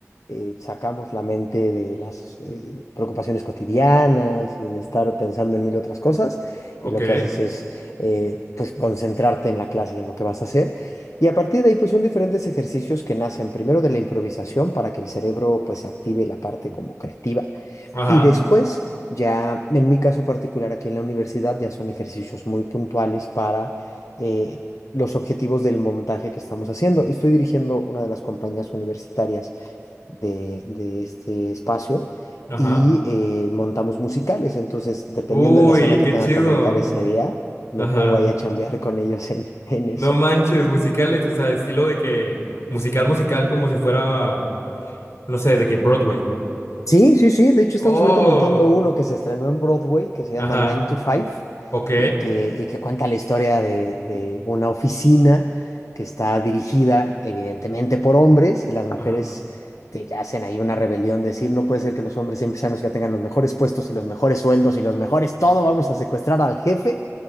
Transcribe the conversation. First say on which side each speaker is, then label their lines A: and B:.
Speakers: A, on the left (about 80°); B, on the left (about 65°).
A: eh, sacamos la mente de las eh, preocupaciones cotidianas y de estar pensando en mil otras cosas.
B: ok,
A: Y lo que haces es eh, pues concentrarte en la clase y en lo que vas a hacer. Y a partir de ahí, pues son diferentes ejercicios que nacen primero de la improvisación para que el cerebro pues active la parte como creativa
B: ajá,
A: y después, ya en mi caso particular aquí en la universidad, ya son ejercicios muy puntuales para eh, los objetivos del montaje que estamos haciendo. Estoy dirigiendo una de las compañías universitarias de, de este espacio
B: ajá.
A: y eh, montamos musicales. Entonces, dependiendo
B: Uy,
A: de la escena que
B: qué
A: tenga
B: chido.
A: que montar ese día, me
B: Ajá.
A: pongo ahí a chambear con ellos en, en eso.
B: No manches, musicales, o sea, estilo de que musical, musical, como si fuera, no sé, de que Broadway.
A: Sí, sí, sí. De hecho,
B: Oh,
A: estamos ahorita montando uno que se estrenó en Broadway, que se
B: ajá,
A: llama Nine to Five,
B: ok,
A: y que, y que cuenta la historia de, de una oficina que está dirigida evidentemente por hombres y las mujeres
B: ajá.
A: te hacen ahí una rebelión, de decir, no puede ser que los hombres siempre sean los que tengan los mejores puestos y los mejores sueldos y los mejores todo, vamos a secuestrar al jefe